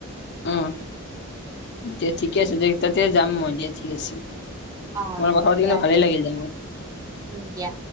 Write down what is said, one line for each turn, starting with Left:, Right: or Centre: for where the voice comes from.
Left: উম। দে ঠিকে আছে দে তাতে যাম মই দিয়া ঠিক আছে।
Right: অ
Left: তোমাৰ লগত কথা পাতি
Right: দিয়া
Left: কেনে ভালেই
Right: তে
Left: লাগিল দে মোৰ।
Right: উম দিয়া।